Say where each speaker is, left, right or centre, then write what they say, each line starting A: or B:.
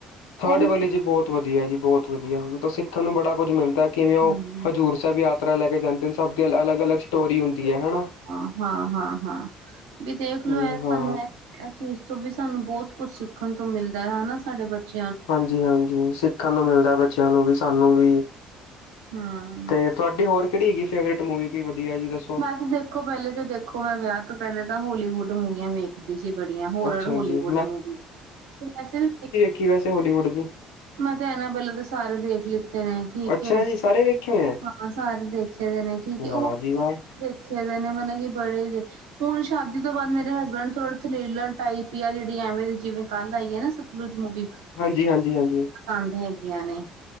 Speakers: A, on the left (about 75°); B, on the right (about 80°).
A: ਥਰਡ
B: ਉਹ ਵੀ
A: ਵਾਲੇ ਜੀ, ਬਹੁਤ ਵਧੀਆ ਜੀ, ਬਹੁਤ ਵਧੀਆ। ਮਤਲਬ ਸਿੱਖਣ ਨੂੰ ਬੜਾ ਕੁੱਝ ਮਿਲਦਾ, ਕਿਵੇਂ ਉਹ
B: ਹਮ
A: ਹਜ਼ੂਰ ਸਭ ਯਾਤਰਾ ਲੈਕੇ ਜਾਂਦੇਨ, ਸਭ ਦੀ ਅਲਗ-ਅਲਗ, ਸਟੋਰੀ ਹੁੰਦੀ ਹੈ ਹਾ।
B: ਹਾਂ-ਹਾਂ-ਹਾਂ-ਹਾ, ਵੀ ਦੇਖਲੋ
A: ਵੀ
B: ਇਹ
A: ਹਾਂ
B: ਤੁਹਾਨੂੰ ਐ, ਅਸੀਂ ਇਸ ਚੀਜ਼ ਤੋਂ ਵੀ ਸਾਨੂੰ ਬਹੁਤ ਕੁਝ ਸਿੱਖਣ ਤੋਂ ਮਿਲਦਾ ਹੈ, ਹਨਾ ਸਾਡੇ ਬੱਚੇ
A: ਹਾਂਜੀ-ਹਾਂਜੀ, ਸਿੱਖਣ ਨੂੰ ਮਿਲਦਾ ਬੱਚਿਆਂ ਨੂੰ ਵੀ, ਸਾਨੂੰ ਵੀ,
B: ਹੂੰ।
A: ਤੇ ਤੁਹਾਡੀ ਹੋਰ ਕਿਹੜੀ ਹੈਗੀ, ਫੇਵਰੇਟ ਮੂਵੀ ਕੀ ਵਧੀਆ ਜੀ, ਦੱਸੋ?
B: ਮੈਂ ਤੇ ਦੇਖੋ, ਪਹਿਲੇ ਤੇ ਦੇਖੋ, ਮੈਂ ਵਿਆਹ ਤੋਂ ਪਹਿਲੇ ਤਾਂ ਹੋਲੀਵੁੱਡ ਮੂਵੀਆਂ ਵੇਖਦੀ। ਜੀ ਬੜੀਆਂ, ਹੋਰਰ
A: ਅੱਛਾ
B: ਹੋਲੀਵੁੱਡ
A: ਜੀ
B: ਮੂਵੀ, ਤੇ ਵੈਸੇ ਵੀ,
A: ਕੀ, ਵੈਸੇ ਹੋਲੀਵੁੱਡ ਦੀ?
B: ਮੈਂ, ਤਾਂ ਇਹਨਾਂ ਬਲੇ ਤਾਂ ਸਾਰੇ ਦੇਖ ਲਿੱਤੇ ਨੇ, ਠੀਕ
A: ਅੱਛਾ
B: ਏ।
A: ਜੀ ਸਾਰੇ ਵੇਖੇ ਹੋਏ ਆ
B: ਬਾਬਾ ਸਾਰੇ ਦੇਖੇਦੇ ਨੇ ਠੀਕ ਏ, ਉਹ
A: ਵਾਹ ਜੀ ਵਾਹ
B: ਦੇਖੇਦੇ ਨੇ, ਮਤਲਬ ਕੀ ਬੜੇ ਹੀ, ਹੁਣ, ਸ਼ਾਦੀ ਤੋਂ ਬਾਅਦ ਮੇਰੇ ਹਸਬੈਂਡ ਥੋੜੀ ਥਲੇਲੜ ਟਾਈਪ ਈ ਆ, ਜਿਹੜੀ ਐਵੇਂ, ਜਿਵੇਂ ਕੱਲ ਆਈਏ ਨਾ, ਸਤਲੁਜ ਮੂਵੀ।
A: ਹਾਂਜੀ-ਹਾਂਜੀ-ਹਾਂਜੀ।
B: ਕੰਧ ਹੈਗੀਆਂ ਨੇ।